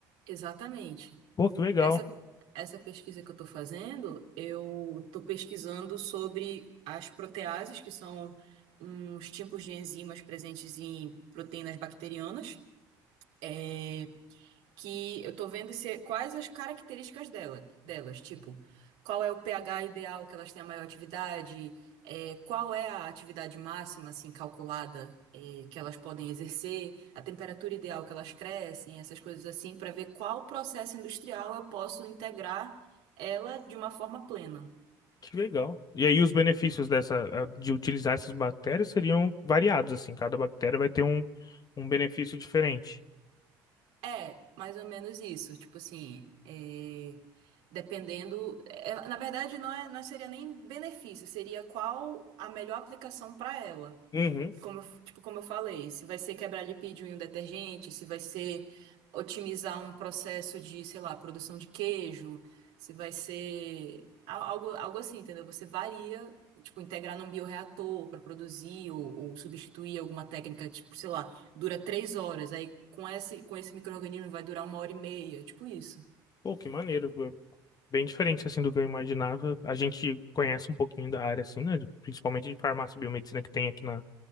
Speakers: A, on the right; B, on the left.
A: exatamente.
B: Pô, que legal.
A: Essa, essa pesquisa que eu estou fazendo, eu estou pesquisando sobre as proteases, que são uns tipos de enzimas presentes em proteínas bacterianas. É, que eu tô vendo se, é, quais as características dela, delas, tipo, qual é o pH ideal que elas têm a maior atividade, é, qual é a atividade máxima, assim, calculada, é, que elas podem exercer, a temperatura ideal que elas crescem, essas coisas assim, para ver qual processo industrial eu posso integrar ela de uma forma plena.
B: Que legal. E aí os benefícios dessa a- de utilizar essas bactérias seriam variados, assim, cada bactéria vai ter um, um benefício diferente.
A: É, mais ou menos isso. Tipo assim, é, dependendo. é, na verdade, não é, não seria nem benefício, seria qual a melhor aplicação para ela
B: Uhum.
A: como, eu- tipo, como eu falei, se vai ser quebrar lipídio em um detergente, se vai ser otimizar um processo de, sei lá, produção de queijo, se vai ser al- algo, algo assim, entendeu? Você varia, tipo, integrar num bioreator para produzir ou, ou substituir alguma técnica, tipo, sei lá, dura três horas, aí com esse, com esse micro-organismo vai durar uma hora e meia, tipo isso.
B: Pô, que maneiro. pô. Bem diferente assim do que eu imaginava. A gente conhece um pouquinho da área assim, né? de- Principalmente de farmácia e biomedicina que tem aqui na